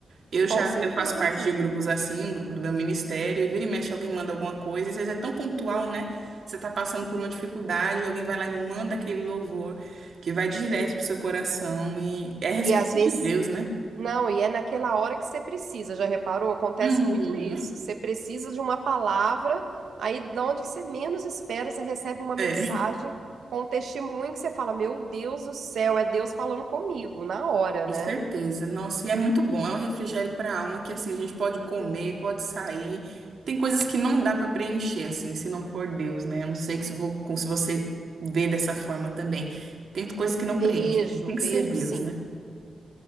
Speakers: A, on the right; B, on the right.
A: Eu já
B: Com certeza.
A: eu faço parte de grupos assim, um grupo do meu ministério, e vira e mexe alguém manda alguma coisa, às vezes é tão pontual, né? Você está passando por uma dificuldade, alguém vai lá e manda aquele louvor que vai direto pro seu coração e é resposta
B: E às vezes,
A: de Deus, né?
B: não, e é naquela hora que você precisa, já reparou? Acontece
A: Uhum.
B: muito isso. Você precisa de uma palavra, aí na onde você menos espera, você recebe uma mensagem
A: É.
B: com um testemunho que você fala: Meu Deus do céu, é Deus falando comigo, na hora,
A: Com
B: né?
A: certeza. Nossa, e é muito bom. É um refrigério para a alma que assim a gente pode comer, pode sair. Tem coisas que não dá para preencher assim, se não for Deus, né? A não sei que se vo- com- se você vê dessa forma também. Tem coisas que não
B: Vejo,
A: preenche. Tem que
B: vejo
A: ser Deus,
B: sim.
A: né?